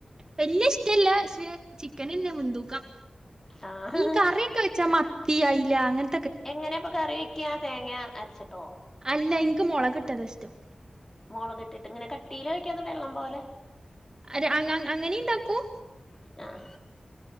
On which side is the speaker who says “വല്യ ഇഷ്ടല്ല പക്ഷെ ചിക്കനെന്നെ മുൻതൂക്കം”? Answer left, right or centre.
Right